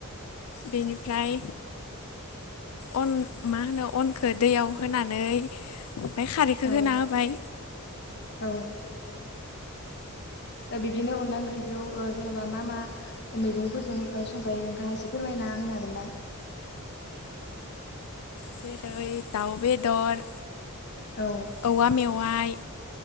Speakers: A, on the left (about 75°); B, on the left (about 50°).
A: बेनिफ्राय अन मा होनो अनखौ दैयाव होनानै ओमफफ्राय खारैखौ
B: औ
A: होना होबाय।
B: औ ओ बिदिनो अनला ओंख्रिखौ ओ जेन'बा मा मा मैगंफोरजों ओ संजायो नोंथाङा एसे फोरमायनो ना होनो हागोना?
A: जेरै दाउ बेदर
B: औ
A: औवा मेवाइ